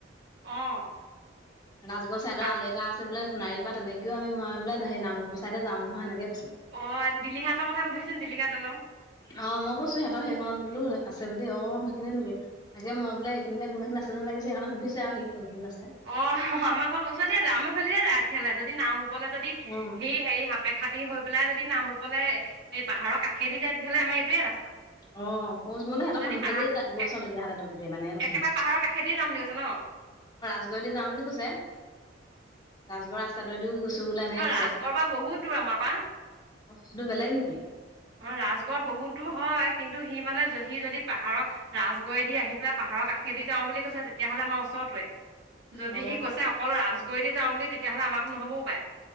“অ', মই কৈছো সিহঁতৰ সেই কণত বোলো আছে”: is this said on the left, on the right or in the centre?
Left